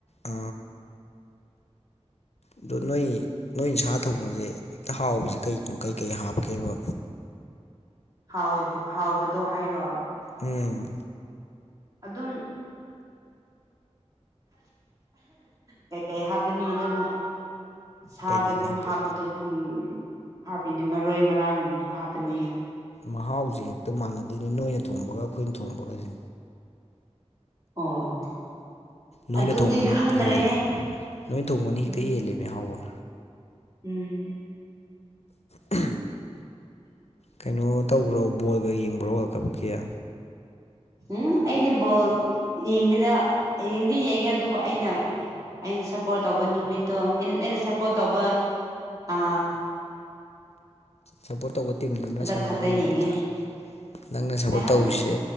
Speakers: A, on the left (about 65°); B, on the right (about 30°).
A: ꯑ ꯑꯗꯣ ꯅꯣꯏ ꯅꯣꯏ ꯁꯥ ꯊꯣꯡꯕꯁꯦ ꯍꯦꯛꯇ ꯍꯥꯎꯕꯁꯤ ꯀꯩꯅꯣ ꯀꯩꯀꯩ ꯍꯥꯞꯀꯦꯕ
B: ꯍꯥꯎ ꯍꯥꯎꯕꯗꯣ ꯍꯥꯏꯔꯣ
A: ꯎꯝ
B: ꯑꯗꯨꯝ ꯀꯩꯀꯩ ꯍꯥꯞ ꯑꯅꯤ ꯑꯗꯨꯝ ꯁꯥꯗ
A: ꯀꯩꯀꯩ
B: ꯑꯗꯨꯝ
A: ꯍꯥꯞꯀꯦ
B: ꯍꯥꯞꯄꯗꯣ ꯑꯗꯨꯝ ꯍꯥꯞꯄꯤꯅꯦ ꯃꯔꯣꯏ ꯃꯔꯥꯡꯒꯨꯝꯕ ꯑꯗꯨꯝ ꯍꯥꯞꯄꯅꯤ
A: ꯃꯍꯥꯎꯁꯦ ꯍꯦꯛꯇ ꯃꯥꯟꯅꯗꯣꯏꯅꯤ ꯅꯣꯏꯅ ꯊꯣꯡꯕꯒ ꯑꯩꯈꯣꯏꯅ ꯊꯣꯡꯕꯒꯁꯦ
B: ꯑꯣ
A: ꯅꯣꯏꯅ
B: ꯑꯗꯨꯗꯤ
A: ꯊꯣꯡꯕꯅ ꯍꯦꯛꯇ
B: ꯈꯪꯗ꯭ꯔꯦ
A: ꯍꯦꯜꯂꯦ ꯅꯣꯏꯅ ꯊꯣꯡꯕꯅꯤ ꯍꯦꯛꯇ
B: ꯎꯝ
A: ꯍꯦꯜꯜꯂꯤꯦ ꯃꯤꯍꯥꯎꯒ
B: ꯎꯝ
A: ꯎ ꯀꯩꯅꯣ ꯇꯧꯕ꯭ꯔꯣ ꯕꯣꯜꯒ ꯌꯦꯡꯕ꯭ꯔꯣ ꯋꯥꯔꯜ ꯀꯞꯀꯤꯌꯥ
B: ꯎꯝ ꯑꯩꯗꯤ ꯕꯣꯜ ꯌꯦꯡꯗꯦꯗ ꯌꯦꯡꯗꯤ ꯌꯦꯡꯉꯦ ꯑꯗꯨꯕꯨ ꯑꯩꯅ ꯑꯩꯅ ꯁꯞꯄꯣꯔꯠ ꯇꯧꯕ ꯅꯨꯃꯤꯠꯇꯣ ꯑꯩꯅ ꯑꯩꯅ ꯁꯞꯄꯣꯔꯠ ꯇꯧꯕ ꯑ
A: ꯁꯞꯄꯣꯔꯠ ꯇꯧꯕ ꯇꯤꯝꯗꯨꯅ ꯁꯥꯟꯅꯕ
B: ꯈꯛꯇ
A: ꯅꯨꯃꯤꯠꯇ
B: ꯌꯦꯡꯉꯦ
A: ꯅꯪꯅ ꯁꯞꯄꯣꯔꯠ
B: ꯀꯩ ꯍꯥꯏꯕ
A: ꯇꯧꯔꯤꯁꯦ